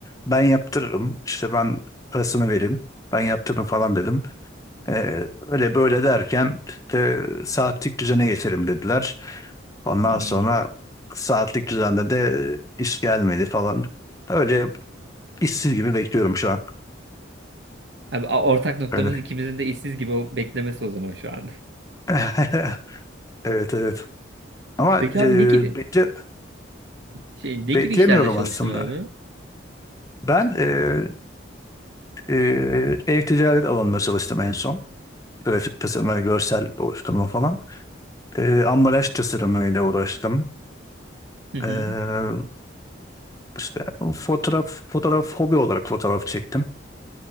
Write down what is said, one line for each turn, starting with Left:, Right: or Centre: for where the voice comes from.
Left: ben yaptırırım işte ben parasını vereyim ben yaptırırım falan dedim. E, öyle böyle derken de saatlik düzene geçelim dediler. Ondan
Right: Hmm.
Left: sonra saatlik düzende de iş gelmedi falan. Öyle işsiz gibi bekliyorum şu an.
Right: Abi a- ortak noktamız
Left: Öyle.
Right: ikimizin de işsiz gibi o beklemesi o zaman şu anda.
Left: <laughs> Evet evet.
Right: <laughs>
Left: Ama
Right: Peki
Left: e,
Right: abi ne gibi
Left: bekle,
Right: şey ne gibi
Left: beklemiyorum
Right: işlerde çalıştın
Left: aslında.
Right: abi?
Left: Ben e, Ee, ev ticaret alanında çalıştım en son. Grafik tasarımı, görsel oluşturma falan. Ee, ambalaj tasarımıyla uğraştım.
Right: Hı hı.
Left: Ee, işte fotoğraf, fotoğraf hobi olarak fotoğraf çektim.